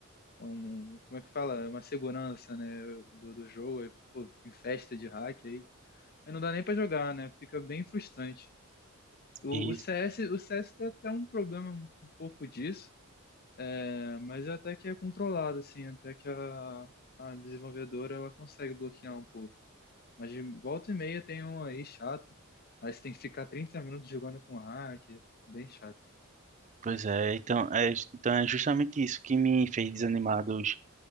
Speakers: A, on the left; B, on the right.
A: um, como é que fala? Uma segurança, né, do, do jogo. Aí, pô, em festa de hack aí. Aí não dá nem pra jogar, né? Fica bem frustrante. O,
B: isso,
A: o CS, o CS tem até um problema um pouco disso é, mas é até que é controlado, assim, até que a, a desenvolvedora ela consegue bloquear um pouco. Mas de volta e meia tem um aí chato, aí você tem que ficar 30 minutos jogando com hack, bem chato.
B: pois é, então é, então é justamente isso que me fez desanimar dos,